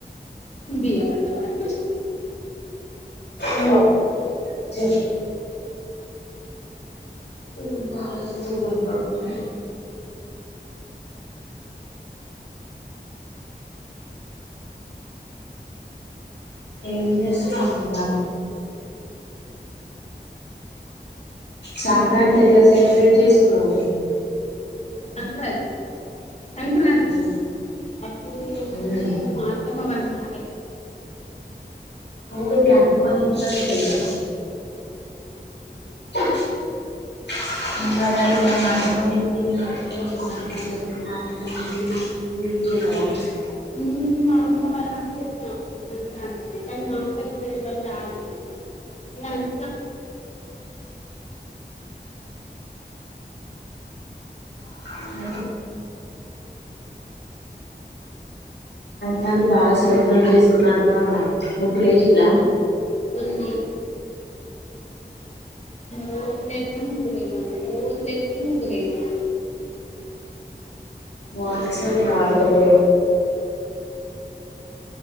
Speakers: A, on the left (about 40°); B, on the left (about 80°).
A: బియ్యమంట ఆడిచ్చు
B: ఇంగో జా మీ బావ జూత్తే తిడ్తడు హ్ ఏం జేస్సున్నావ్ ఇంకా సంక్రాంతి ఎట్లా సెలబ్రేట్ చేసుకున్నాం
A: సంక్రాం సంక్రాం
B: నువ్వు
A: అప్పుడు
B: మ్మ్
A: మీ మా అత్తమ్మ వాళ్ళున్న
B: ఒకటి అత్తమ్మ వాళ్ళ ఇంటికాడ తెలుసా అ <unintelligible>
A: ముందుకు మా అమ్మ వాళ్ళ ఇంటికి వెళ్ళినాం ఇప్పుడు సంక్రాతికి కానీ మా అక్కలు ఇద్దరు ఎవరూ రాలేదు ఇంగన్
B: <unintelligible> మంది బాగా సెలబ్రేట్ చేసుకున్నట్టున్నావ్ గా నువ్ బ్రెజిల్లా
A: త్తం రోజులేపు ముగలే మనం రోజు లేపు ముగలే మన
B: వాన్స వినా వార్త పో